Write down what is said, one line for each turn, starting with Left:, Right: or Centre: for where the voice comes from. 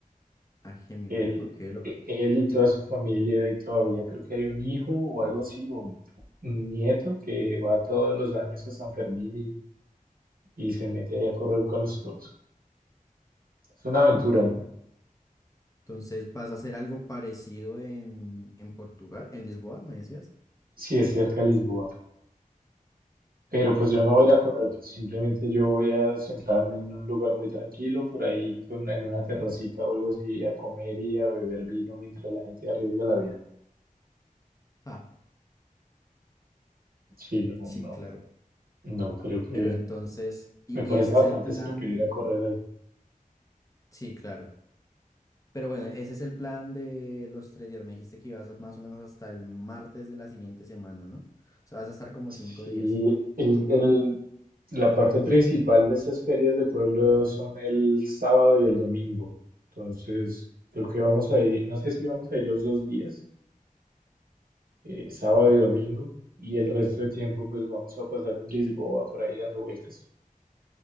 Left: Ah, Hemingway.
Right: Él,
Left: Ok, lo...
Right: e- él y toda su familia, y todavía creo que hay un hijo o algo así, o un un nieto que va todos los años a San Fermín y, y se mete ahí a correr con los toros. Es una aventura,
Left: Ok.
Right: ¿no?
Left: Entonces, ¿vas a hacer algo parecido en, en Portugal, en Lisboa, me decías?
Right: sí es cerca de Lisboa. Pero pues yo no
Left: Ok.
Right: voy a ir a correr, simplemente yo voy a sentarme en un lugar muy tranquilo, por ahí con- en una terracita o algo así, a comer y a beber vino mientras la gente arriesga la vida.
Left: Ah,
Right: Sí, no,
Left: sí,
Right: no,
Left: claro.
Right: no creo que
Left: Pero entonces, y,
Right: me parece
Left: y ese
Right: bastante
Left: es el plan.
Right: estúpido ir a correr ahí.
Left: Sí, claro. Pero bueno, ese es el plan de los tres días. Me dijiste que ibas a- más o menos hasta el martes de la siguiente semana, ¿no? O sea, vas a estar como
Right: Sí,
Left: cinco días
Right: el, el- la parte principal de esas ferias de pueblo son el sábado y el domingo. Entonces, creo que vamos a ir, no sé si vamos a ir los dos días. eh, sábado y domingo, y el resto de tiempo pues vamos a pasar en Lisboa por ahí dando vueltas.